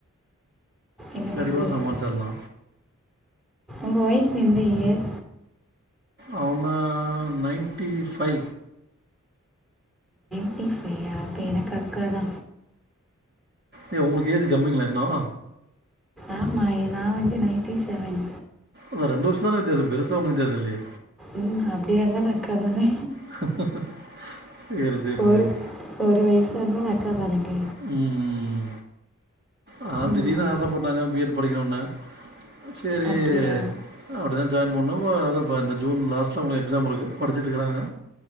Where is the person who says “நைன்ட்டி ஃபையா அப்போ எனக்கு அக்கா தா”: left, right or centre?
Centre